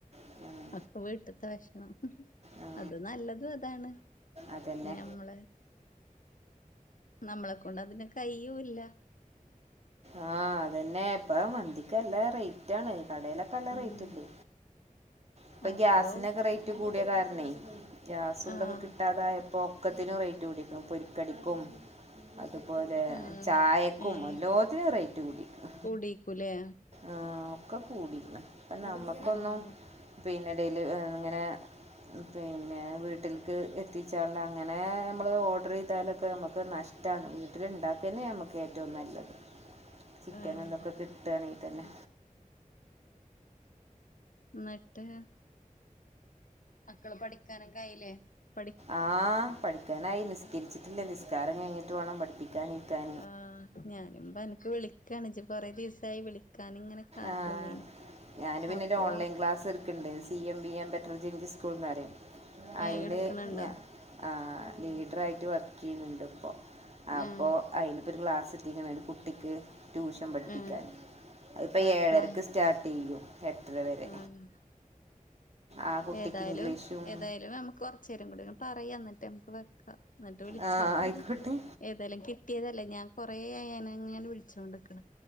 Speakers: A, on the right (about 50°); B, on the left (about 70°).
A: <inaudible>
B: അതൊക്കെ വീട്ടിത്തെ ഭക്ഷണം
A: ആ
B: അത് നല്ലതും അതാണ്
A: അതന്നെ
B: പിന്നെ നമ്മള്. നമ്മളെ കൊണ്ട് അതിനാ കയ്യുല്ല
A: ആ അതെന്നെ ഇപ്പ മന്തിക്ക് നല്ല റേറ്റ് ആണ് കടയിലൊക്കെ നല്ല
B: ഉം
A: റേറ്റ് ഉണ്ട്. ഇപ്പൊ
B: അപ്പൊ
A: ഗ്യാസിനൊക്കെ റേറ്റ് കൂടിയ കാരണേ ഗ്യാസ് ഉണ്ടൊക്കെ
B: ആഹ്
A: കിട്ടാതായപ്പോ ഒക്കെത്തിനും റേറ്റ് കുടിക്കും പൊരി കടിക്കും. അതുപോലെ
B: ആഹ്
A: ചായക്കും
B: ഏഹ്
A: എല്ലാത്തിനും റേറ്റ് കൂടീക്ക്ണു
B: കൂടിക്കൂലേ
A: ആഹ് ഒക്കെ കൂടിക്കണ് ഇപ്പ നമ്മുക്കൊന്നും
B: ആഹ്
A: പിന്നെ ഡെലി ഇങ്ങനെ. പിന്നെ വീട്ടിൽക്ക് എത്തിച്ചാൽ അങ്ങനെ നമ്മള് ഓ. ഓഡർ ചെയ്താലൊക്കെ നമുക്ക് നഷ്ടമാണ് വീട്ടിലുണ്ടാക്കന്നേ നമുക്ക് ഏറ്റവും നല്ലത് ചിക്കൻ
B: ആഹ്
A: എന്തൊക്കെ കിട്ടാണെങ്കി തന്നെ
B: ന്നട്ട് മക്കള് പഠിക്കാനൊക്കെ ആയില്ലേ പഠി
A: ആഹ് പഠിക്കാനായി നിസ്കരിച്ചിട്ടില്ല നിസ്കാരം കഴിഞ്ഞിട്ട് വേണം പഠി വിളിക്കാ നിക്കാൻ
B: ആ ഞാനുപ്പ അൻക്ക് വിളിക്കാണ് ഇജ് കൊറെദിവസായി വിളിക്കാന് ഇങ്ങനെ കാത്തുന്നേന്
A: ആഹ ഞാന് പിന്നെരു
B: അപ്പൊ
A: ഓൺലൈൻക്ലാസ് എട് ക്കണ്ട് സിഎംബിഎം ബെറ്റർ ചെയ്ൻഞ്ച് സ്കൂൾന്നറിം അയില്
B: ഏഹ് എടുക്കണുണ്ടോ
A: ഞ ആഹ് ലീഡ്ര ആയിട്ട് വർക്കയ്യുന്നുണ്ട് ഇപ്പൊ അപ്പോ
B: ആഹ്
A: അതിലിത്തൊരു ക്ലാസ്ത്തിക്കണ് ഒരുകുട്ടിക്ക് ട്യൂഷൻ പഠിപ്പിക്കാൻ
B: ആഹ്
A: ഇപ്പൊ
B: എപ്പളാ
A: ഏഴരക്ക് സ്റ്റാർട്ടെയ്യും എട്ടര വരെ
B: ആഹ്
A: ആ കുട്ടിക്ക്
B: ഏതായാലും
A: ഇംഗ്ലീഷും
B: ഏതായാലും നമുക്ക് കൊറച്ചേരം കൂടി പറയാ ന്നിട്ട്മക്ക് വെക്ക ന്നട്ട് വിളിച്ചൊ
A: ആ ആയിക്കോട്ടെ
B: ഏതേലും കിട്ടിയതല്ലേ ഞാൻ കൊറേ ആയി അന്നങ്ങനെ വിളിച്ചോണ്ട്ക്ക്